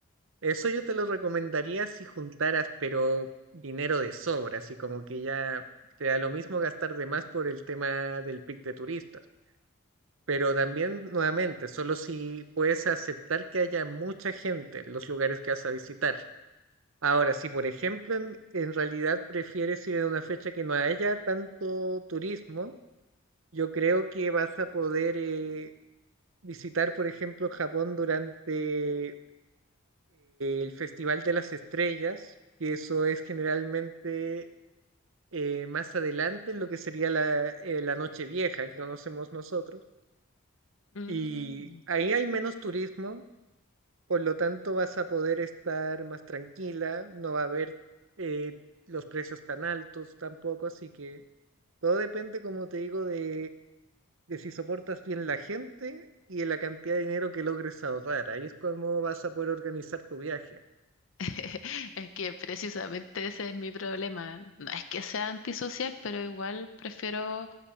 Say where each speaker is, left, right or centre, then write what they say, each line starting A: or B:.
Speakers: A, on the right (about 70°); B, on the left (about 65°).
A: Eso yo te lo recomendaría si juntaras, pero dinero de sobra, así como que ya te da lo mismo gastar de más por el tema del pic de turistas. Pero también, nuevamente, solo si puedes aceptar que haya mucha gente en los lugares que vas a visitar. Ahora, si por ejemplo en, en realidad prefieres ir en una fecha que no haya tanto turismo, yo creo que vas a poder eh, visitar, por ejemplo, Japón durante eh, el Festival de las Estrellas, que eso es generalmente eh, más adelante en lo que sería la, eh, la Noche Vieja que conocemos nosotros.
B: Mm.
A: Y ahí hay menos turismo, Por lo tanto, vas a poder estar más tranquila, no va a haber eh, los precios tan altos tampoco, así que todo depende, como te digo, de, de si soportas bien la gente y de la cantidad de dinero que logres ahorrar. Ahí es como vas a poder organizar tu viaje.
B: <laughs> Es que precisamente ese es mi problema. No es que sea antisocial, pero igual prefiero